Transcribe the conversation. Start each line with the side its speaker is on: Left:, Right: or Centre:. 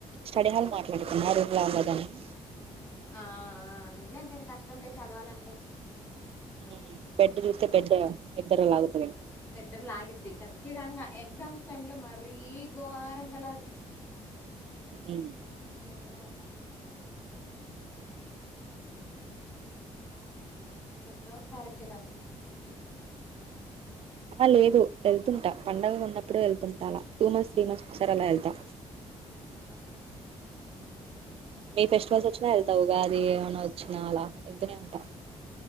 Right: స్టడీ హాల్ మాట్లాడుకూన రూమ్ లో వుండడానీకి
Left: ఆఆ రూంలే ఎంతైనా కష్టం లే చదవాలంటే
Right: హ్మ్ బెడ్ చూస్తే బెడు నీద్దరలాగతుంది
Left: నిద్ర లాగిద్ది కచ్చితంగా ఎగ్జామ్స్ టైంలో మరీ ఘోరంగా లాగిద్ది
Right: హ్మ్
Left: నిద్రవొతాను నేనే ఎప్పుడో ఒకసారి వచ్చేదాట్ల మీరు ఊరికి
Right: అలా లేదు ఏళ్తుంటా పండుగ ఉన్నప్పుడు ఏళ్తుంటా అలా టూ మంత్స్ త్రీ మంత్స్ ఒకసారి అలా ఎల్తా
Left: ఆ
Right: మీ ఫెస్టివల్స్ వచ్చినా వెళ్తా ఉగాది ఏమన్నా వచ్చినా అలా ఎల్తానే ఉంటా